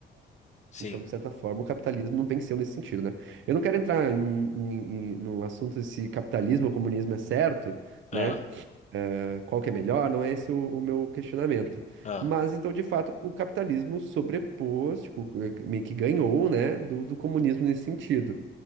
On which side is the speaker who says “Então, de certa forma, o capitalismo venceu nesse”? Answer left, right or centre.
Right